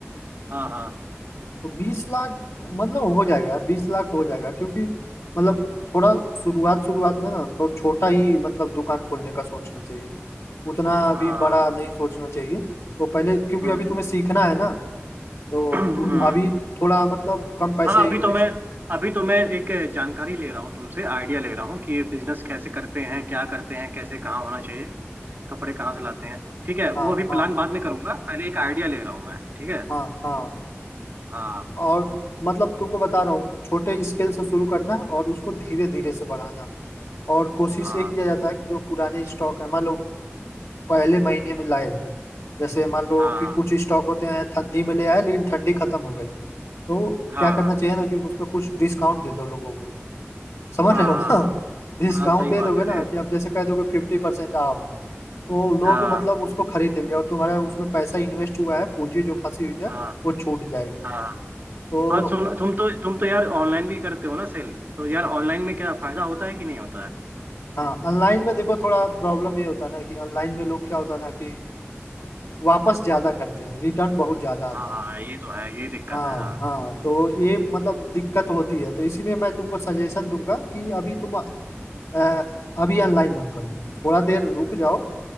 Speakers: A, on the right (about 40°); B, on the left (about 75°).
A: हाँ हाँ हाँ
B: तो बीस लाख मतलब हो जाएगा यार बीस लाख हो जाएगा क्योंकि मतलब थोड़ा शुरुआत शुरुआत में ना तो छोटा ही मतलब दुकान खोलने का सोचना चाहिए उतना अभी
A: हाँ
B: बड़ा नहीं सोचना चाहिए तो पहले क्योंकि
A: हम्म,
B: अभी तुम्हें सीखना है ना तो
A: हम्म,
B: अभी थोड़ा मतलब कम पैसे
A: हाँ अभी
B: इन्वेस्ट
A: तो मैं अभी तो मैं एक जानकारी ले रहा हूँ तुमसे आइडिया ले रहा हूँ कि ये बिजनेस कैसे करते हैं क्या करते हैं कैसे कहाँ होना चाहिए कपड़े कहाँ से लाते हैं ठीक है वो
B: हाँ
A: अभी
B: हाँ
A: प्लान बाद में करूंगा पहले एक आइडिया ले रहा हूँ मैं ठीक है
B: हाँ हाँ
A: हाँ
B: और मतलब तुमको बता रहा हूँ छोटे स्केल से शुरू करना और उसको धीरे धीरे से बढ़ाना और कोशिश
A: हाँ
B: ये किया जाता है कि जो पुराने स्टॉक है मान लो पहले महीने में लाए जैसे मान लो
A: हाँ
B: कि कुछ स्टॉक होते हैं ठंडी में ले आए लेकिन ठंडी खत्म हो गई तो
A: हाँ
B: क्या करना
A: हाँ
B: चाहिए ना कि उस पर कुछ डिस्काउंट दे दो लोगों को समझ
A: हाँ
B: रहे हो
A: हाँ
B: ना <laughs> डिस्काउंट
A: हाँ हाँ सही
B: दे
A: बात
B: दोगे ना
A: है
B: कि आप जैसे कह दोगे फिफ्टी परसेंट आप तो लोग
A: हाँ
B: मतलब उसको खरीद लेंगे और तुम्हारा उसमें पैसा इन्वेस्ट हुआ है पूंजी जो फंसी हुई है
A: हाँ
B: वो छूट जाएगी
A: हाँ
B: तो
A: हाँ सुन तुम तो तुम तो यार ऑनलाइन भी करते हो ना सेल तो यार ऑनलाइन में क्या फायदा होता है कि नहीं होता है
B: हाँ ऑनलाइन में देखो थोड़ा प्रॉब्लम ये होता है ना कि ऑनलाइन में लोग क्या होता है ना कि वापस ज्यादा करते हैं रिटर्न बहुत ज्यादा आता
A: हाँ
B: है
A: हाँ ये तो है ये दिक्कत
B: हाँ
A: है हाँ
B: हाँ तो ये मतलब दिक्कत होती है तो इसीलिए मैं तुमको सजेशन दूंगा कि अभी तुम अ, अभी ऑनलाइन मत करो थोड़ा देर रुक जाओ